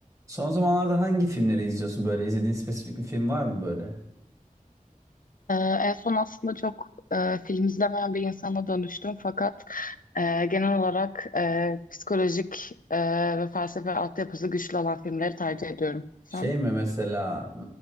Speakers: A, on the right (about 20°); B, on the left (about 75°).
A: Son zamanlarda hangi filmleri izliyorsun böyle? İzlediğin spesifik bir film var mı böyle?
B: Ee, en son aslında çok e, film izlemeyen bir insana dönüştüm fakat e, genel olarak e, psikolojik e, ve felsefe altyapısı güçlü olan filmleri tercih ediyorum. Sen?
A: Şey mi mesela